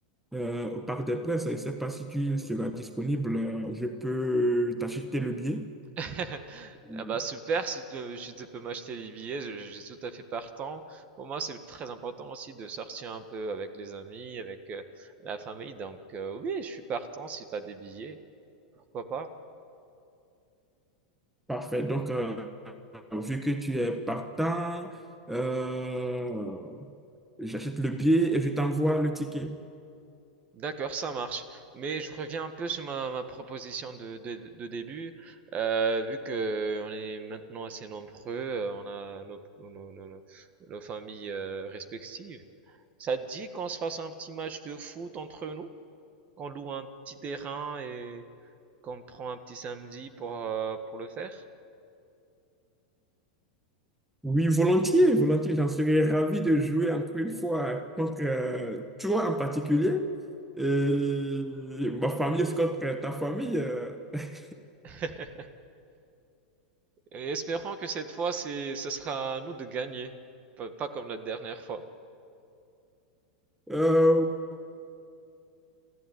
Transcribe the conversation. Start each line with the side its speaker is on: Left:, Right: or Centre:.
Centre: euh, au Parc des Princes. Je ne sais pas si tu seras disponible. euh, Je peux t'acheter le billet.
Right: <laughs> Ah
Centre: Euh,
Right: bah super, si tu, si tu peux m'acheter les billets, je, je suis tout à fait partant. Pour moi, c'est très important aussi de sortir un peu avec les amis, avec euh, la famille. Donc euh, oui, je suis partant si tu as des billets, pourquoi pas.
Centre: Parfait. Donc, euh, vu que tu es partant, euh, j'achète le billet et je t'envoie le ticket.
Right: D'accord, ça marche. Mais je reviens un peu sur ma, ma proposition de, de, de début. Euh, vu que on est maintenant assez nombreux, euh, on a nos, nos, nos, nos- nos familles euh, respectives. Ça te dit qu'on se fasse un petit match de foot entre nous? Qu'on loue un petit terrain et qu'on prend un petit samedi pour, euh, pour le faire?
Centre: Oui, volontiers, volontiers. J'en serais ravi de jouer encore une fois contre euh, toi en particulier. Et ma famille, c'est contre ta famille. euh. <laughs>
Right: <laughs> Et espérons que cette fois, c'est, ce sera à nous de gagner. Pas, pas comme la dernière fois.
Centre: Euh,